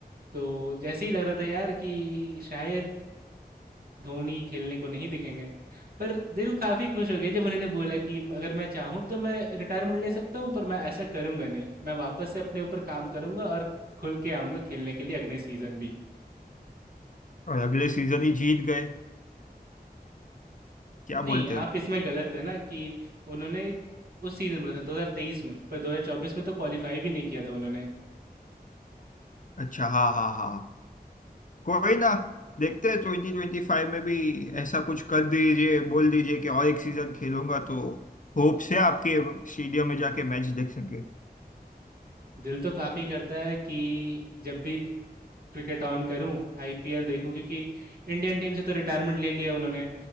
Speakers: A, on the right; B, on the left.
A: तो जैसे ही लग रहा था यार कि शायद धोनी खेलने को नहीं दिखेंगे पर दिल काफ़ी खुश हो गया जब उन्होंने बोला कि अगर मैं चाहूँ तो मैं रिटायरमेंट ले सकता हूँ पर मैं ऐसा करूँगा नहीं मैं वापस से अपने ऊपर काम करूँगा और खुल के आऊँगा खेलने के लिए अगले सीज़न भी
B: और अगले सीजन ही जीत गए क्या
A: नहीं
B: बोलते हो
A: आप इसमें गलत है ना कि उन्होंने उस सीज़न बोला था 2023 में पर 2024 में तो क्वालिफाई भी नहीं किया था उन्होंने
B: अच्छा हाँ हाँ हाँ कोई ना देखते हैं ट्वेंटी ट्वेंटी फाइव में भी ऐसा कुछ कर दीजिए बोल दीजिए कि और एक सीजन खेलूंगा तो होप से आपके स्टेडियम में जाके मैच देखेंगे
A: दिल तो काफ़ी करता है कि जब भी क्रिकेट ऑन करूं आईपीएल देखूं क्योंकि इंडियन टीम से तो रिटायरमेंट ले लिया उन्होंने